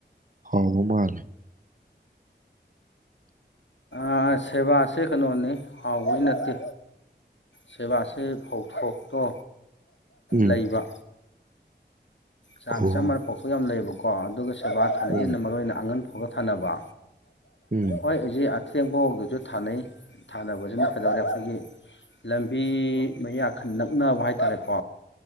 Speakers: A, on the right; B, on the left.
A: ꯍꯥꯎꯕ ꯃꯥꯂꯦ
B: ꯑ ꯁꯦꯕꯥꯁꯦ ꯀꯩꯅꯣꯅꯦ ꯍꯥꯎꯕꯒꯤ ꯅꯠꯇꯦ ꯁꯦꯕꯥꯥꯁꯦ ꯐꯧꯊꯣꯛꯇꯣ
A: ꯎꯝ
B: ꯂꯩꯕ ꯆꯥꯡ
A: ꯑꯣ
B: ꯆꯞ ꯃꯥꯟꯅ ꯐꯧꯊꯣꯛ ꯌꯥꯝ ꯂꯩꯌꯦꯕꯀꯣ ꯑꯗꯨꯒ ꯁꯦꯕꯥ <unintelligible>
A: ꯎꯝ
B: ꯃꯔꯨ ꯑꯣꯏꯅ ꯑꯉꯟ ꯐꯧꯗ ꯊꯟꯅꯅꯕ
A: ꯎꯝ
B: ꯍꯣꯏ ꯍꯧꯖꯤꯛ ꯑꯊꯦꯡꯕꯕꯧꯗꯁꯨ ꯊꯥꯅꯩ ꯊꯥꯅꯕꯁꯤꯅ ꯀꯩꯗꯧꯔꯦ ꯑꯩꯈꯣꯏꯒꯤ ꯂꯝꯕꯤ ꯃꯌꯥ ꯈꯔ ꯅꯛꯅꯕ ꯍꯥꯏꯇꯥꯔꯦꯀꯣ